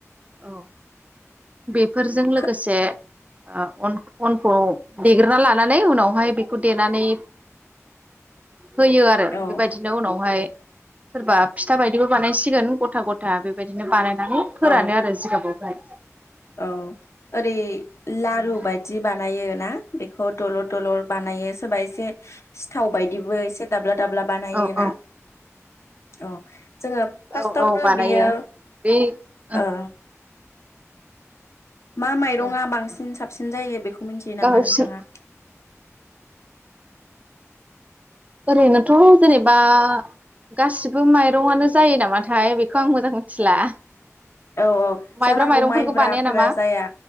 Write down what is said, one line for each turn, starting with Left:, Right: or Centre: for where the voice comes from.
Right: औ बेफोरजों लोगोसे
Left: खो
Right: ओ अनखौ देग्रोना लानानै उनावहाय बेखौ देनानै होयो आरो
Left: औ
Right: बेबायदिनो उनावहाय सोरबा फिथा बायदिबो बानायसिगोन गथा गथा बेबायदिनो बानाय फोरानो
Left: औ
Right: आरो जिगाबाव। <inaudible>
Left: औ ओरै लारु
Right: औ
Left: बायदि बानायो। ना बेखौ दलर दलर बानायो सोरबा एसे सिथाव बायदिबो एसे दाब्ला दाब्ला बानायो
Right: औ
Left: ना
Right: औ
Left: अ जोङो फार्स्टआवनो
Right: औ औ बानायो
Left: बियो
Right: बे ओं
Left: ओ। मा माइरङा
Right: औ
Left: बांसिन साब साबसिन जायो बेखौ। मिथियो नामा
Right: गावसो
Left: नोंथाङा?
Right: ओरैनोथ' जेनेबा गासिबो माइरंआनो जायो नामाथाय बेखौ आं मोजां मिथिला
Left: औ औ
Right: माइब्रा
Left: जानांगौ
Right: माइरंफोरखौ
Left: माइब्राफोरा
Right: बानाया नामा
Left: जाया